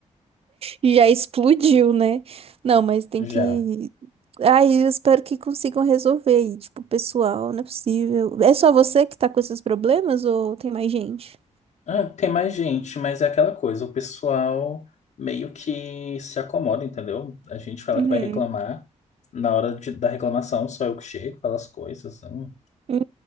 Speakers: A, on the right (about 50°); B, on the left (about 65°).
A: E Já explodiu, né? Não, mas tem
B: Já.
A: que. Ai, eu espero que consigam resolver. E, tipo, pessoal, não é possível. É só você que tá com esses problemas ou tem mais gente?
B: Ah, tem mais gente, mas é aquela coisa, o pessoal meio que se acomoda, entendeu? A gente fala
A: Uhum.
B: que vai reclamar, na hora de- da reclamação só eu que chego, falo as coisas. hum,
A: Hum,